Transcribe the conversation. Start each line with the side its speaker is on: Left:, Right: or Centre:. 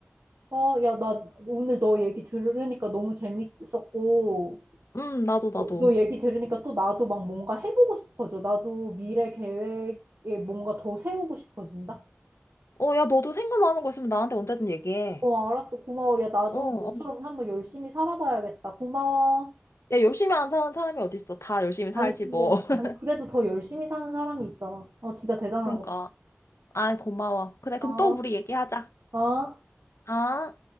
Right: 어, 야, 나 오늘 너 얘기 들으니까 너무 재밌었고,
Left: 음, 나도 나도.
Right: 어, 너 얘기 들으니까 또 나도 막 뭔가 해보고 싶어져. 나도 미래 계획에 뭔가 더 세우고 싶어진다.
Left: 어, 야, 너도 생각나는 거 있으면 나한테 언제든 얘기해.
Right: 어, 알았어. 고마워. 야, 나도
Left: 어.
Right: 너처럼
Left: 어.
Right: 한번 열심히 살아봐야겠다. 고마워.
Left: 야, 열심히 안 사는 사람이 어딨어. 다 열심히 살지,
Right: 아니 근데
Left: 뭐. <laughs>
Right: 아니 그래도 더 열심히 사는 사람이 있잖아. 어 진짜 대단한
Left: 그런가.
Right: 거.
Left: 아, 고마워. 그래, 그럼
Right: 어,
Left: 또 우리 얘기하자.
Right: 어.
Left: 아.